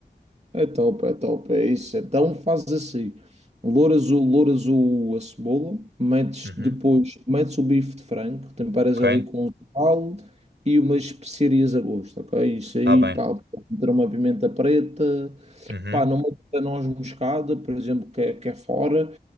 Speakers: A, on the right; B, on the right.
A: É top, é top, é isso. Então faz assim: louras o, louras o, a cebola, metes
B: Uhum,
A: depois, metes o bife de frango, temperas
B: ok,
A: ali com um sal e umas especiarias a gosto, ok? Isso
B: está
A: aí,
B: bem.
A: pá, pode meter uma pimenta preta,
B: Uhum,
A: pá, não metas a noz moscada, por exemplo, que é, que é fora,